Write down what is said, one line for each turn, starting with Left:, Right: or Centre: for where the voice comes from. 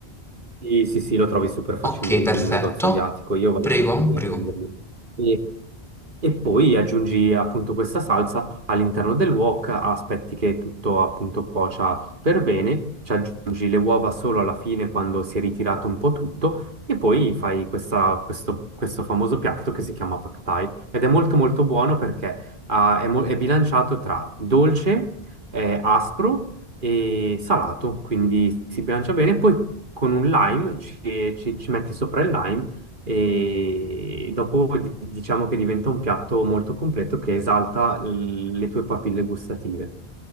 Right: Sì, sì, sì, lo trovi super facilmente
Centre: Ok, perfetto.
Right: in un negozio asiatico, io vado
Centre: Prego,
Right: sempre lì
Centre: prego.
Right: a prenderli. E, e poi aggiungi appunto questa salsa all'interno del wok, aspetti che tutto appunto cuocia per bene, ci aggiungi le uova solo alla fine quando si è ritirato un po' tutto e poi fai questa- questo, questo famoso piatto che si chiama Pad Thai ed è molto molto buono perché ah, è, mo- è bilanciato tra dolce, eh, aspro e salato, quindi si bilancia bene. Poi con un lime ci, ci- ci metti sopra il lime e dopo di- diciamo che diventa un piatto molto completo che esalta l- le tue papille gustative.